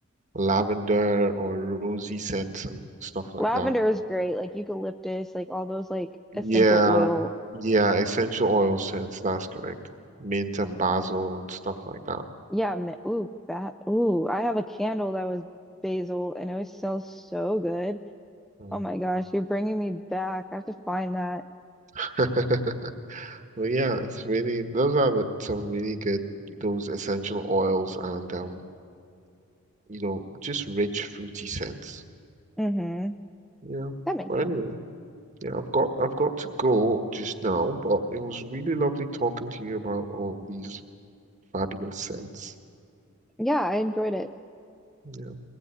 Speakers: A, on the right (about 35°); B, in the centre.
A: lavender or rosy scents and stuff like
B: lavender
A: that.
B: is great. Like eucalyptus, like all those like essential
A: Yeah,
B: oil.
A: yeah, essential oil scents, that's correct. Mint and basil and stuff like that.
B: Yeah. ma- Ooh, that. Ooh, I have a candle that was basil, and it smells so good.
A: Mm.
B: Oh my gosh, you're bringing me back. I have to find that.
A: <laughs> Well, yeah, it's really those are the, some really good those essential oils and um you know just rich fruity scents.
B: Mm-hmm.
A: Yeah.
B: That makes
A: But
B: sense.
A: anyway. Yeah, I've got I've got to go just now, but it was really lovely talking to you about all these fabulous scents.
B: Yeah, I enjoyed it.
A: Yeah,